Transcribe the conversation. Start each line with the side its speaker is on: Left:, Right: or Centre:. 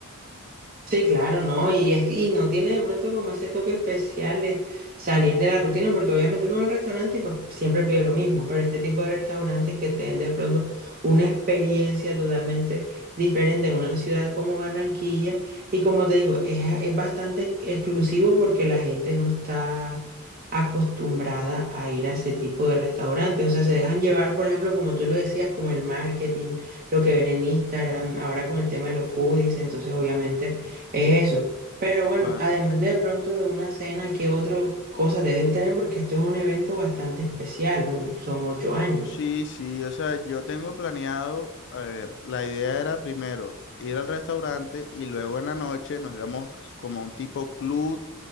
Right: Sí, claro, ¿no? Y es que- y no tiene de pronto como ese toque especial de salir de la rutina, porque obviamente uno va al restaurante y pues siempre pide lo mismo, pero este tipo de restaurantes que te den de pronto una experiencia totalmente diferente en una ciudad como Barranquilla, y como te digo, es, es bastante ex- exclusivo porque la gente no está acostumbrada a ir a ese tipo de restaurantes, o sea, se dejan llevar, por ejemplo, como tú lo decías, como el marketing, lo que ven en Instagram, ahora con el tema de los foodies, entonces obviamente es eso. Pero bueno,
Left: Claro.
Right: además de pronto de una cena, ¿qué otra cosa debes de tener? Porque esto es un evento bastante especial, un- son ocho años.
Left: Sí, sí, o sea, yo tengo planeado, a ver, la idea era primero ir al restaurante y luego en la noche nos íbamos como a un tipo club.